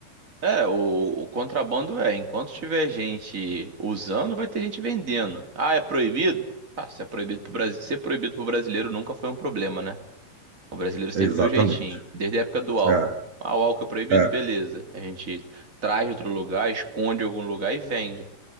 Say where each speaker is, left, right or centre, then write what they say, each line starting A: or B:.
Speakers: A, on the right (about 25°); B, on the right (about 60°).
A: É, o, o contrabando é, enquanto tiver gente usando, vai ter gente vendendo. Ah, é proibido? Ah, se é proibido pro Brasil, ser proibido pro brasileiro nunca foi um problema, né? O brasileiro sempre
B: Exatamente.
A: deu jeitinho. Desde a época do álcool.
B: É,
A: Ah, o álcool é proibido?
B: é,
A: Beleza. A gente traz de outro lugar, esconde em algum lugar e vende.